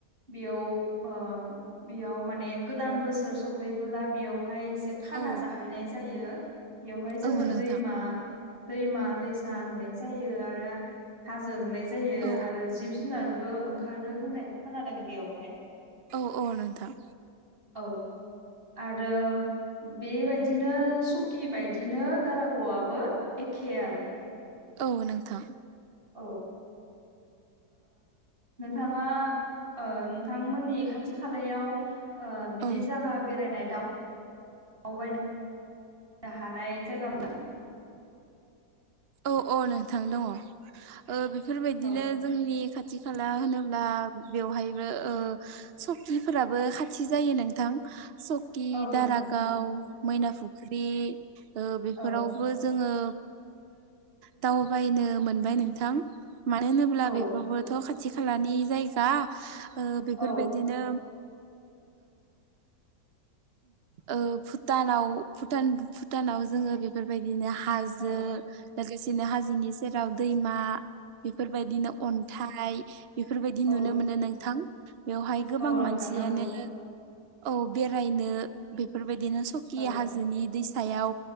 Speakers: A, on the right (about 30°); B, on the right (about 70°).
A: बेयाव बेयाव माने गोदान बोसोर सफैबोला बेयावहाय एसे खाना
B: औ
A: जाहैनाय जायो। बेवहाय जोङो
B: औ नोंथां
A: दैमा दैमा दैसा नुनाय जायो आरो हाजो नुनाय जायो
B: औ
A: आरो जिब जुनार बो ओंखारो होननाय खोनादों बेयावहाय
B: औ औ नोंथां।
A: औ आरो बे बायदिनो सकि बदिनो दारागावआबो एखे आरो।
B: औ नोंथां।
A: औ नोंथाङा नोंथांमोननि खाथि खालायाव बिदि
B: औ
A: जायगा बेरायनाय दा दावबायनो हानाय जायगाफ्रा।
B: औ औ नोंथां दङ। बेफोरबायदिनो
A: औ
B: जोंनि खाथि खाला होनोब्ला बेवहायबो सकिफोराबो खाथि जायो नोंथां। स खि,
A: औ नोंथां
B: दारागाव
A: नंगौ
B: मैना फुख्रि, बेफोरावबो
A: औ
B: जोङो दावबायनो मोनबाय नोंथां मानो होनोब्ला
A: औ
B: बेफोरबोथ' खा थि खालानि जायगा बेफोरबायदिनो
A: औ
B: ओ भुटानाव भुटान भुटानाव जोङो बे बेफोरबायदिनो हाजो
A: औ
B: लोगोसेनो हाजोनि जेराव
A: औ
B: दैमा बेफोरबायदिनो अन्थाइ बेफोरबायदि
A: औ
B: नुनो मोनो नोंथां बेवहाय गोबां
A: औ नोंथां
B: मानसियानो
A: नंगौ
B: औ बेरायनो बेफोरबायदिनो सकि
A: औ
B: हाजोनि दैसायाव